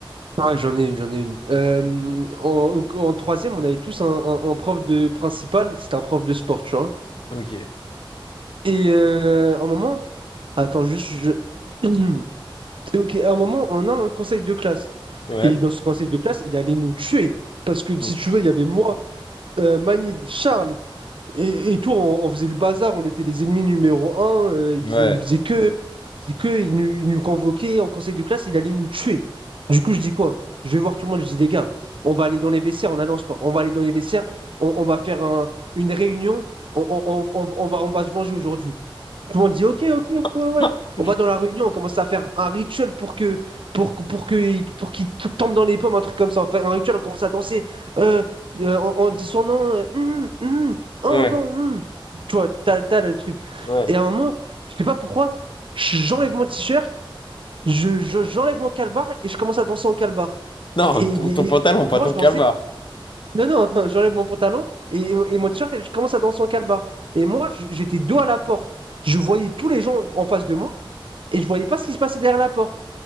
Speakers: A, on the right (about 70°); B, on the left (about 60°).
A: ah, j'en ai une, j'en ai une. Euh, en, au- en troisième, on avait tous un, un- un prof de principal, c'était un prof de sport, tu vois.
B: Ok.
A: Et euh, un moment, attends, juste, je... <clears throat> Ok, à un moment, on a un conseil de classe.
B: Ouais.
A: Et dans ce conseil de classe, il allait nous tuer. Parce que
B: Hmm.
A: si tu veux, il y avait moi, euh, Manid, Charles et, et tout. On, on faisait le bazar, on était les ennemis numéro un. euh, il
B: Ouais.
A: faisait, il faisait que, il faisait que, il nous, il nous convoquait en conseil de classe, il allait nous tuer. Du coup, je dis quoi? Je vais voir tout le monde, je dis les gars, on va aller dans les vestiaires en allant au sport. On va aller dans les vestiaires, on, on va faire un- une réunion, on, on- on- on va, on va se venger aujourd'hui. Tout le monde dit OK, OK, ouais,
B: <laughs>
A: ouais, ouais. On va dans la réunion, on commence à faire un rituel pour que pour, que- pour que pour qu'il t- tombe dans les pommes, un truc comme ça. On fait un rituel, on commence à danser. Euh, euh, on, on dit son nom. euh, Hum, hum, hum, oh
B: Ouais,
A: non, hum. Tu vois, t'as, t'as le truc.
B: ouais.
A: Et à un moment, je sais pas pourquoi, je- j'enlève mon t-shirt, je, je- j'enlève mon calbar et je commence à danser en calbar.
B: Non,
A: Et
B: ton,
A: les-
B: ton pantalon, pas
A: moi,
B: ton
A: je dansais,
B: calmar.
A: non, non, <laughs> j'enlève mon pantalon et, et mon t-shirt et je commence à danser en calbar. Et moi, j- j'étais dos à la porte. Je voyais tous les gens en face de moi et je voyais pas ce qui se passait derrière la porte.